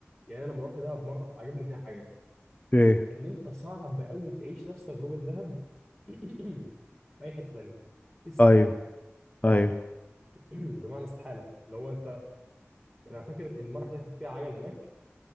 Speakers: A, in the centre; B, on the left.
A: يعني انا لما رحت دهب مره عجبني فيها حاجه
B: إيه
A: ان انت صعب قوي تعيش نفس تجربه دهب <clears throat> في اي حته تانيه استحاله
B: أيوه أيوه
A: <clears throat> بمعنى استحاله اللي هو انت انا فاكر المره اللي كنت فيها عجل هناك